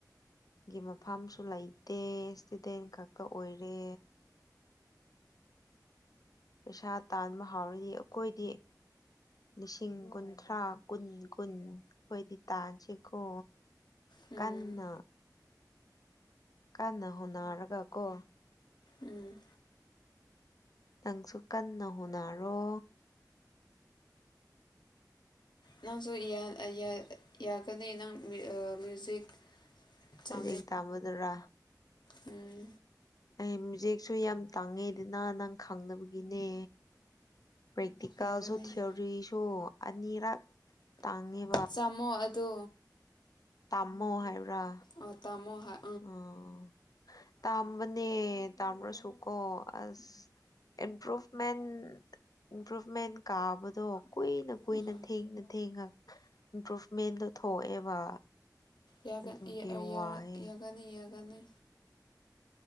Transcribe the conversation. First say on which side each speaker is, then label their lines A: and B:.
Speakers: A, on the left; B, on the left.
A: ꯒꯤ ꯃꯐꯝꯁꯨ ꯂꯩꯇꯦ ꯏꯁꯇꯨꯗꯦꯟ ꯈꯛꯇ ꯑꯣꯏꯔꯦ꯫ ꯄꯩꯁꯥ ꯇꯥꯟꯕ ꯍꯥꯎꯔꯗꯤ ꯑꯈꯣꯏꯗꯤ ꯂꯤꯁꯤꯡ ꯀꯨꯟꯊ꯭ꯔꯥ ꯀꯨꯟ ꯀꯨꯟ ꯑꯈꯣꯏꯗꯤ ꯇꯥꯟꯁꯤꯀꯣ꯫
B: ꯎꯝ
A: ꯀꯟꯅ ꯀꯟꯅ ꯍꯣꯅꯔꯒ ꯀꯣ꯫
B: ꯎꯝ꯫
A: ꯅꯪꯁꯨ ꯀꯟꯅ ꯍꯣꯠꯅꯔꯣ꯫
B: ꯅꯪꯁꯨ ꯌꯥ ꯌꯥ ꯌꯥꯒꯅꯤ ꯅꯪ ꯃ꯭ꯌꯨꯖꯤꯛ ꯆꯝꯔꯤ
A: ꯂꯥꯏꯔꯤꯛ ꯇꯝꯕꯗꯔꯥ
B: <inaudible> ꯎꯝ꯫
A: ꯑꯩ ꯃꯌꯖꯤꯦꯛꯁꯨ ꯌꯥꯝ ꯇꯥꯡꯉꯦꯗꯅ ꯅꯪ ꯈꯪꯗꯕꯒꯤꯅꯦ꯫ ꯄ꯭ꯔꯦꯛꯇꯤꯀꯦꯜꯁꯨ
B: ꯌꯥꯒꯅꯤ
A: ꯊꯤꯑꯣꯔꯤꯁꯨ ꯑꯅꯤꯔꯛ ꯇꯥꯡꯉꯦ꯫
B: ꯆꯥꯝꯃꯣ ꯑꯗꯨ꯫
A: ꯇꯥꯝꯃꯣ ꯍꯥꯏꯕ꯭ꯔꯥ?
B: ꯑꯥ ꯇꯝꯃꯣ ꯍꯣꯏ꯫
A: ꯑꯣ꯫ ꯇꯥꯝꯕꯅꯦ ꯇꯥꯝꯂꯁꯨꯀꯣ ꯑꯁ꯫ ꯏꯝꯄ꯭ꯔꯨꯞꯚꯃꯦꯟ ꯏꯝꯄ꯭ꯔꯚꯃꯦꯟ ꯀꯥꯕꯗꯣ ꯀꯨꯏꯅ ꯀꯨꯏꯅ
B: ꯎꯝ
A: ꯊꯦꯡꯅ ꯊꯦꯡꯉ ꯏꯝꯄ꯭ꯔꯨꯚꯃꯦꯟꯗꯣ ꯊꯣꯛꯑꯦꯕ꯫
B: ꯌꯥꯒꯅꯤ
A: ꯑꯗꯨꯒꯤ
B: ꯌꯥꯔꯛ
A: ꯋꯥꯏꯌꯦ
B: ꯌꯥꯒꯅꯤ ꯌꯥꯒꯅꯤ꯫